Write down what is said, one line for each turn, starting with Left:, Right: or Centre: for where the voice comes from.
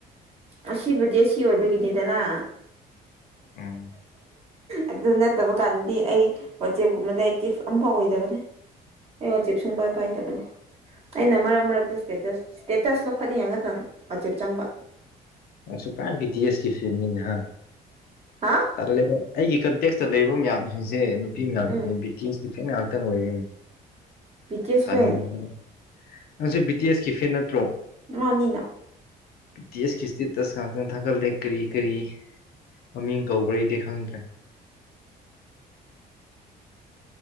Right: ꯑꯁꯤꯕꯨꯗꯤ ꯑꯁꯤ ꯑꯣꯏꯕꯒꯤꯅꯤꯗꯅ
Left: ꯎꯝ
Right: ꯑꯗꯨ ꯅꯠꯇꯕ ꯀꯥꯟꯗꯗꯤ ꯑꯩ ꯋꯥꯆꯦꯞꯀꯨꯝꯕꯗ ꯑꯦꯛꯇꯤꯐ ꯑꯝꯐꯥꯎ ꯑꯣꯏꯗꯕꯅꯦ ꯑꯩ ꯋꯥꯆꯦꯞ ꯁꯨꯡꯄꯥꯏ ꯄꯥꯏꯗꯕꯅꯤ ꯑꯩꯅ ꯃꯔꯛ ꯃꯔꯛ ꯇꯁ ꯁ꯭ꯇꯦꯇꯁ ꯁ꯭ꯇꯦꯇꯁ ꯂꯧꯈꯠꯅꯤꯡꯉꯒ ꯇꯥꯐ ꯑꯆꯦꯞ ꯆꯪꯕ
Left: ꯑꯁꯨꯀꯥꯟ ꯕꯤ ꯗꯤ ꯑꯦꯁꯀꯤ ꯐꯦꯟꯅꯤꯅꯦ ꯍꯥ
Right: ꯍꯥ
Left: ꯑꯜꯂꯦꯕꯣ ꯑꯩꯒꯤ ꯀꯟꯇꯦꯛꯁꯇꯥ ꯂꯩꯕ ꯃꯌꯥꯝꯖꯤꯡꯁꯦ ꯅꯨꯄꯤ ꯃꯌꯥꯝꯁꯤꯡꯁꯦ
Right: ꯎꯝ
Left: ꯕꯤꯇꯤꯁ <unintelligible> ꯉꯥꯏꯍꯥꯛꯇꯪ ꯑꯣꯏꯒꯅꯤ
Right: ꯕꯤ ꯇꯤ ꯑꯦꯁ
Left: ꯇꯟꯕꯅ
Right: ꯐꯦꯟ
Left: ꯅꯪꯁꯤ ꯕꯤ ꯇꯤ ꯑꯦꯁꯀꯤ ꯐꯦꯟ ꯅꯠꯇ꯭ꯔꯣ
Right: ꯃꯥꯅꯤꯅ
Left: ꯄꯤ ꯇꯤ ꯑꯦꯁ ꯀꯤ ꯁ꯭ꯇꯦꯠ ꯇꯁ ꯉꯥꯛꯇꯪ ꯊꯥꯒꯠꯂꯦ ꯀꯔꯤ ꯀꯔꯤ ꯃꯃꯤꯡ ꯀꯧꯕ꯭ꯔꯩꯗꯤ ꯈꯪꯗ꯭ꯔꯦ